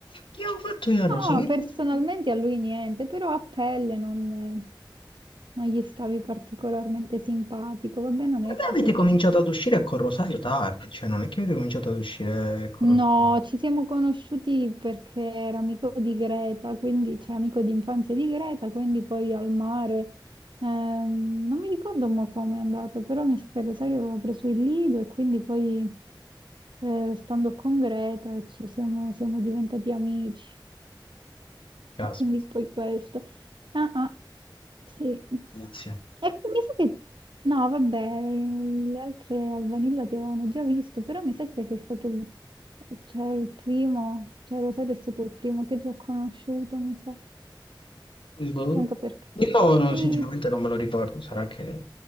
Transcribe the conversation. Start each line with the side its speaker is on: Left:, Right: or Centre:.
Left: che avevo fatto io a
Right: No,
Left: Rosario?
Right: personalmente
Left: E
Right: a lui niente, però a pelle non, non gli stavi particolarmente simpatico. Vabbè, non è
Left: beh,
Right: che
Left: avete
Right: si è...
Left: cominciato ad uscire con Rosario tardi, cioè non è che avete cominciato ad uscire con
Right: No,
Left: Rosario.
Right: ci siamo conosciuti perché era amico di Greta, quindi c'è amico di infanzia di Greta, quindi poi al mare. ehm, non mi ricordo mo come è andato, però mi sa che Rosario aveva preso il Lido e quindi poi eh, stando con Greta ci siamo siamo diventati amici.
Left: Caspita,
Right: E Quindi poi questo. Ah, ah, sì. E
Left: inizia.
Right: poi mi sa che... No, vabbè, le altre al vanilla ti avevano già visto, però mi sa che sei stato il... Cioè, il primo, cioè Rosario è stato il primo che ti ho conosciuto, mi sa.
Left: Boh.
Right: Anche perché...
Left: Io no, no,
Right: Sì,
Left: sinceramente non me lo ricordo, sarà che...